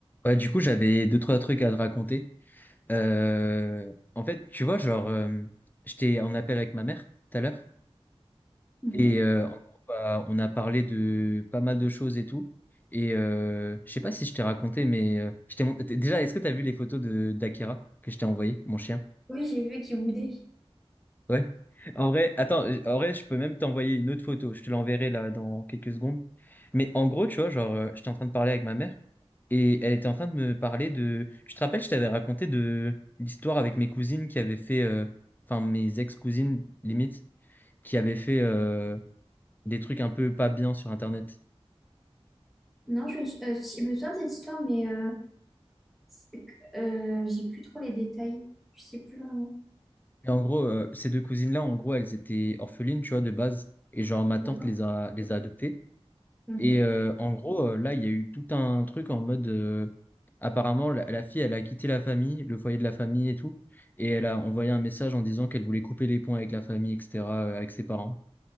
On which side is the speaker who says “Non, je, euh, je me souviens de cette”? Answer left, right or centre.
Centre